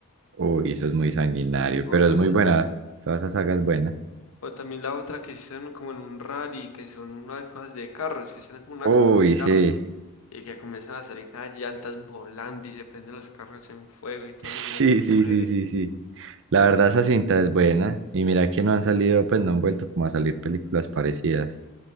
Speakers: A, on the right; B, on the left.
A: Uy, eso es muy sanguinario,
B: o
A: pero
B: también,
A: es muy buena. Toda esa saga es buena.
B: o también la otra que están como en un rally, que son unas cosas de carros, que están como una
A: Uy,
B: carrera de carros,
A: sí. <laughs>
B: y que comienzan a salir las llantas volando y se prenden los carros en fuego y todo
A: Sí,
B: el mundo se
A: sí,
B: muere.
A: sí, sí, sí. La verdad, esa cinta es buena. Y mira que no han salido, pues no han vuelto como a salir películas parecidas.